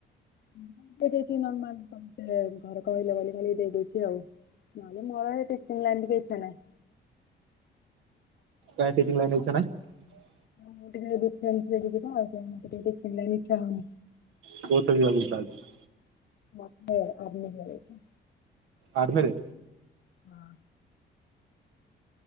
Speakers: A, on the left (about 55°); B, on the right (about 80°).
A: <unintelligible> ଦେଇ ଦେଇଚି ନର୍ମାଲ କମ୍ପ୍ଲେନ୍ ଘରେ କହିଲେ ବୋଲି ଖାଲି ଦେଇଦେଇଚି ଆଉ। ନହେଲେ ମୋର ଏ ଟିଚିଂ ଲାଇନ୍ ରେ ଭି ଇଛା ନାହିଁ।
B: କାଇଁ ଟିଚିଂ ଲାଇନ ଇଛା ନାହିଁ
A: ହଁ ମୁଁ ଟିକେ ଡିଫେରେନ୍ସ୍ ପାଇଁ ତ ଟିକେ ତ ତେଣୁ ମତେ ଟିକେ ଡିଫେନ୍ସ୍ ଲାଇନ୍ ରେ ଇଛା ହଉନି
B: କହ କେମିତି ଲାଗୁଛି ତାହେଲେ
A: ମତେ ଆମେ ହେଇଯାଇଛି
B: ଆର୍ମିରେ
A: ହଁ